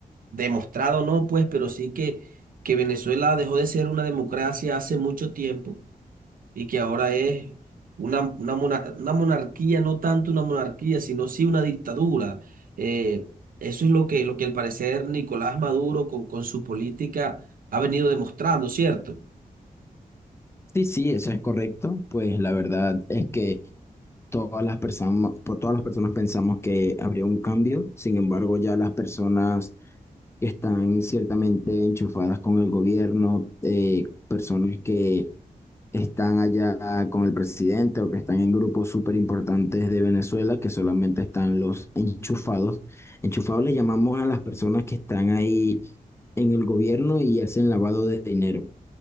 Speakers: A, on the right; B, on the left.
A: demostrado, ¿no? Pues, pero sí que, que Venezuela dejó de ser una democracia hace mucho tiempo y que ahora es una, una, mona- una monarquía, no tanto una monarquía, sino sí una dictadura. Eh, eso es lo que, lo que al parecer Nicolás Maduro con, con su política ha venido demostrando, ¿cierto?
B: sí, sí, eso es correcto. Pues la verdad es que todas las personas, por todas las personas pensamos que habría un cambio. Sin embargo, ya las personas que están ciertamente enchufadas con el gobierno, eh, personas que están allá con el presidente o que están en grupos súper importantes de Venezuela, que solamente están los enchufados. Enchufados le llamamos a las personas que están ahí en el gobierno y hacen lavado de dinero.